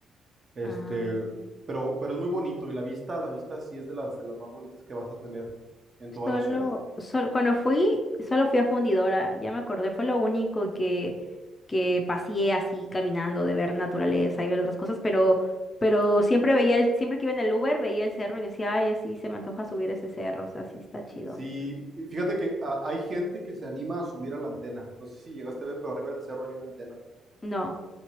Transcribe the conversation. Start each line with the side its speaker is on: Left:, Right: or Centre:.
Right: Este,
Left: ah,
Right: pero, pero es muy bonito y la vista, la vista sí es de las, de las más bonitas que vas a tener en toda
Left: solo,
Right: la ciudad.
Left: solo, cuando fui, solo fui a Fundidora, ya me acordé, fue lo único que, que paseé así caminando, de ver naturaleza y ver otras cosas, pero, pero siempre veía el, siempre que iba en el Uber, veía el cerro y decía, ay, así se me antoja subir ese cerro, o sea, sí está chido.
Right: Sí, y fíjate que ah, hay gente que se anima a subir a la antena. No sé si llegaste a ver, pero arriba del cerro hay una antena.
Left: No,